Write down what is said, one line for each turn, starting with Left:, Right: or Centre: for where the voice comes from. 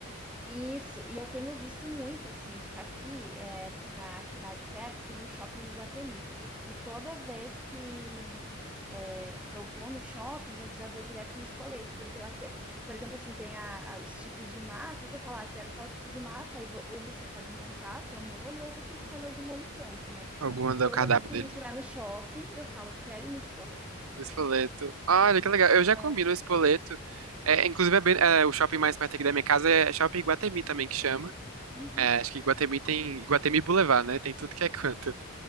Centre: Isso, e eu tenho visto muito, assim, tipo, aqui é, na cidade perto tem um shopping em Iguatemi. E toda vez que, que eu vou no shopping, eu já vou direto no espoleto, porque lá você, por exemplo, assim, tem a- a- os tipos de massa, você fala, ah, quero tal tipo de massa, aí vo- ou você pode montar seu molho, ou você escolhe algum molho pronto, né?
Right: Algumas
Centre: E
Right: é
Centre: toda
Right: o cardápio
Centre: vez que
Right: deles.
Centre: a gente
Right: né?
Centre: vai no shopping, eu falo, quero ir no espoleto.
Right: O espoleto. Olha que legal. Eu já
Centre: É,
Right: comi no espoleto. É, inclusive, é bem- é, o shopping mais perto aqui da minha casa é Shopping Iguatemi também que chama.
Centre: uhum,
Right: É, acho que Iguatemi tem Iguatemi Boulevard, né? Tem tudo que é canto.